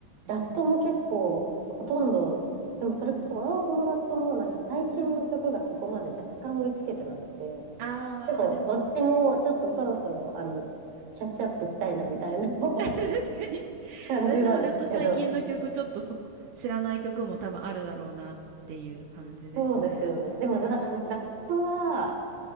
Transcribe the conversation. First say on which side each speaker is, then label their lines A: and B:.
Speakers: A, on the right; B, on the right.
A: ラットも結構、
B: 言ってましたよね。
A: ほとんど、でもそれこそワンオクもラットもなんか最近の曲がそこまで若干追いつけてなくて、
B: うん。うん。あー、
A: でもどっちもちょっとそろそろ、
B: でも、
A: あの、キャッチアップしたいなみたいな <laughs>
B: <laughs> 確かに
A: 感じなんですけど、
B: 私もラット最近の曲ちょっとそこ知らない曲も多分あるだろうなっていう感じですね。
A: そうですよね。でも、
B: うんうん
A: なあの、ラットは、